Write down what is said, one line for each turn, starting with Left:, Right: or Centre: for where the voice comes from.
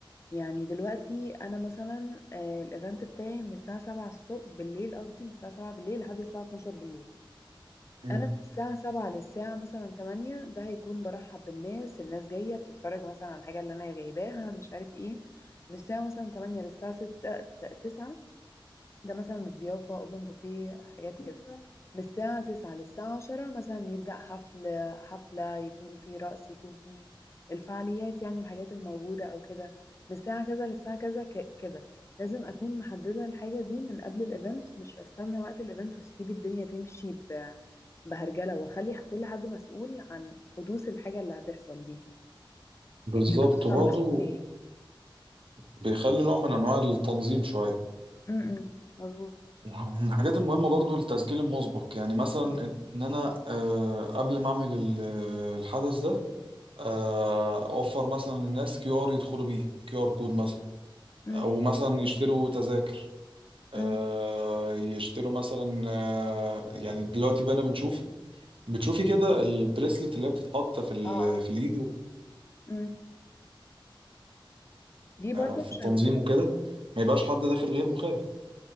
Left: يعني دلوقتي انا مثلا آه، الايفنت بتاعي من الساعة 7 الصبح بالليل قصدي من الساعة 7 بالليل لحد الساعة 12 بالليل
Right: مم.
Left: انا من الساعة سبعة للساعة مثلا تمانية ده هيكون برحب بالناس الناس جاية بتتفرج مثلا على الحاجة اللي انا جايباها مش عارف ايه من الساعة مثلا تمانية للساعة ستة تسعة ده مثلا الضيافة اوبن بوفيه حاجات كده مم. من الساعة تسعة للساعة عشرة مثلا يبدأ حفل حفلة يكون فيه رقص يكون فيه الفعاليات يعني الحاجات الموجودة أو كده من الساعة كذا للساعة كذا ك- كده لازم أكون محددة الحاجة دي من قبل الإيفنت مش أستنى وقت الإيفنت وأسيب الدنيا تمشي ب- بهرجلة وأخلي كل حد مسؤول عن حدوث الحاجة اللي هتحصل دي
Right: بالظبط
Left: يعني حد
Right: برضه
Left: مثلا مسؤول
Right: بيخلي نوع من أنواع التنظيم شوية
Left: م- م. مظبوط
Right: من الحاجات المهمة برضه التسجيل المسبق يعني مثلا إن أنا آه، قبل ما أعمل ال- الحدث ده آه، أوفر مثلا للناس كيو آر يدخلوا بيه كيو آر كود مثلا
Left: م-
Right: او مثلا يشتروا تذاكر
Left: م.
Right: آه، يشتروا مثلا آه، يعني دلوقتي بقى بنشوف بتشوفي كده البريسلت اللي هي بتتحط في ال-
Left: اه اه
Right: في اليد و-
Left: م. دي برضو
Right: آه، في
Left: عشان
Right: التنظيم وكده ما يبقاش حد داخل غير مخالف